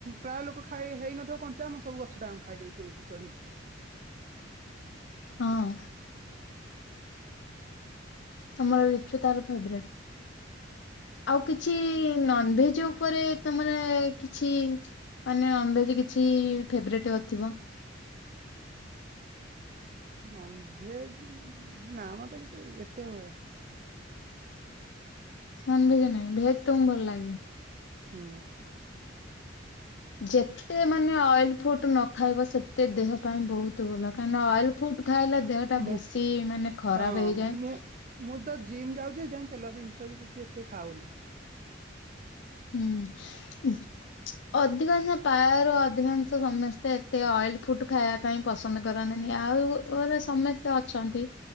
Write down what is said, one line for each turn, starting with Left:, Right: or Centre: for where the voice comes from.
Right: ପ୍ରାୟ ଲୋକ ଖାଇ ହେଇନଥିବ କଞ୍ଚା ମୁଁ ସବୁ <unintelligible> ଖାଇଦେବି ତୋଳିକି ଚଢିକି।
Left: ହଁ। ତମର ଲିଚୁ <unintelligible> ଫେବରେଟ୍। ଆଉ କିଛି ନନଭେଜ୍ ଉପରେ ତମର କିଛି ମାନେ ନନଭେଜ୍ କିଛି ଫେବରେଟ୍ ଅ ଥିବ?
Right: ନନଭେଜ୍ ନା ମତେ କିଛି ଏତେ <unintelligible>
Left: ନନ୍‌ଭେଜ ନାଇଁ ଭେଜ୍‌ ତମକୁ ଭଲ ଲାଗେ।
Right: ହୁଁ।
Left: ଯେତ୍ ତେ ଏ ମାନେ ଅଏଲ୍‌ ଫୁଟ୍‌ ନ ଖାଇବ ସେତେ ଦେହ ପାଇଁ ବୋହୁତ୍‌ ଭଲ କାହିଁନା ଅଏଲ ଫୁଟ୍ ଖାଇଲେ ଦେହ ଟା
Right: ମୁଁ
Left: ଭେଶୀ ମାନେ ଖରାପ
Right: ହଁ
Left: ହେଇଯାଏ।
Right: ମୁଁ ମୁଁ ତ ଜିମ୍ ଯାଉଚି ଦେନ୍‌ ତେଲ ବିନ୍ ଷ ବି କିଛି ଏତେ ଖାଉନି।
Left: ହୁଁ। ଅଧିକାଂଶ ପାୟାରୁ ଅଧିକାଂଶ ସମେସ୍ତେ ଏତେ ଅଏଲ ଫୁଟ୍ ଖାଇଆ ପାଇଁ ପସନ୍ଦ କରନ୍ତିନି ଆଉ ଗୁ ଗୁରା ସମେସ୍ତେ ଅଛନ୍ତି।